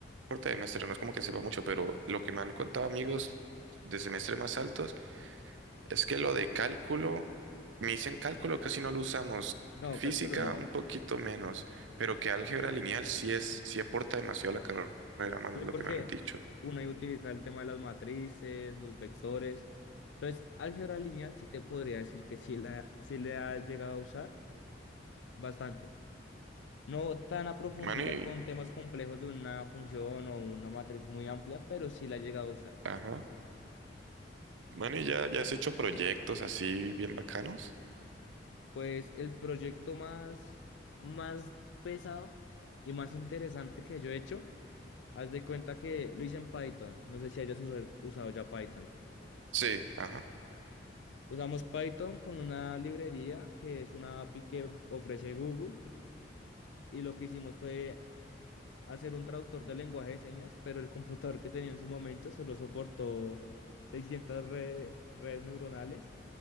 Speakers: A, on the right (about 85°); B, on the left (about 75°).
A: corte de semestre, no es como que sepa mucho, pero lo que me han contado amigos de semestre más altos Es que lo de cálculo, me dicen cálculo casi no lo usamos,
B: No,
A: física
B: cálculo no.
A: un poquito menos, pero que álgebra lineal sí es, sí aporta demasiado a la carrera, mano,
B: Sí,
A: es lo
B: porque
A: que me han dicho.
B: uno ahí utiliza el tema de las matrices, los vectores. Entonces, álgebra lineal sí te podría decir que sí, la, sí le ha llegado a usar bastante. No tan a profundidad
A: Mano, y,
B: con temas complejos de una función o una matriz muy amplia, pero sí la ha llegado a usar.
A: ajá. Mano, ¿y ya, ya has hecho proyectos así bien bacanos?
B: Pues el proyecto más, más pesado y más interesante que yo he hecho, haz de cuenta que lo hice en Python. No sé si hayas usa- usado ya Python.
A: Sí, ajá.
B: Usamos Python con una librería que es una API que ofrece Google y lo que hicimos fue hacer un traductor de lenguaje de señas, pero el computador que tenía en su momento solo soportó 600 re- redes neuronales,